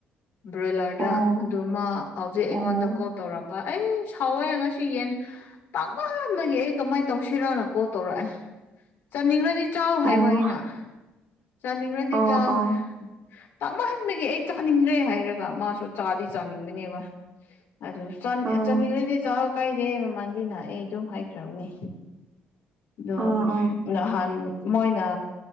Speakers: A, on the left; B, on the right.
A: ꯕ꯭ꯔꯣꯏꯂꯔꯗ
B: ꯑꯣ
A: ꯑꯗꯨꯃ ꯍꯧꯖꯤꯛ
B: ꯑꯣ
A: ꯑꯩꯉꯣꯟꯗ ꯀꯣꯜ ꯇꯧꯔꯝꯕ ꯑꯩ ꯁꯥꯎꯋꯦ ꯉꯁꯤ ꯌꯦꯟ ꯇꯥꯡꯉꯥꯟꯗꯒꯤ ꯑꯩ ꯀꯃꯥꯏꯅ ꯇꯧꯁꯤꯔꯥꯅ ꯀꯣ ꯇꯧꯔꯛꯑꯦ ꯆꯥꯅꯤꯡꯉ꯭ꯔꯗꯤ ꯆꯥꯎ
B: ꯑꯣ
A: ꯍꯥꯏꯕ ꯑꯩꯅ ꯆꯥꯅꯤꯡꯉ꯭ꯔꯗꯤ
B: ꯑꯣ
A: ꯆꯥꯎ
B: ꯑꯣ
A: ꯍꯥꯏ ꯇꯛꯅꯍꯟꯕꯒꯤ ꯑꯩ ꯆꯥꯅꯤꯡꯗ꯭ꯔꯦ ꯍꯥꯏꯔꯒ ꯃꯥꯁꯨ ꯆꯥꯗꯤ ꯆꯥꯅꯤꯡꯕꯅꯦꯕ ꯑꯗꯨ
B: ꯑꯣ
A: ꯆꯥꯅꯤꯡꯈꯗꯤ ꯆꯥꯛ ꯀꯥꯏꯗꯦ ꯃꯃꯜꯗꯤꯅ ꯑꯩ ꯑꯗꯨꯝ ꯍꯥꯏꯈ꯭ꯔꯕꯅꯤ ꯑ
B: ꯑꯣ ꯑꯣ
A: ꯅꯍꯥꯟ ꯃꯣꯏꯅ